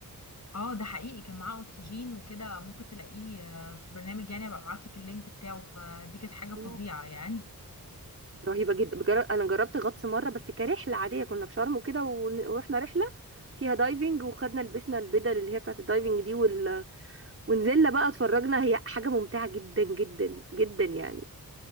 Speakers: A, on the left (about 50°); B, on the right (about 40°).
A: اه ده حقيقي كان معاه اكسجين وكده ممكن تلاقيه آه، في برنامج يعني ابقى ابعتلك اللينك بتاعه فدي كانت حاجة فظيعة
B: أوه.
A: يعني
B: رهيبه جدا بجر... انا جربت غطس مره بس كرحله عاديه كنا في شرم وكده ون- ورحنا رحله فيها دايفنج وخدنا لبسنا البدل اللي هي بتاعت الدايفنج دي وال... ونزلنا بقى اتفرجنا هي حاجة ممتعة جدا جدا جدا يعني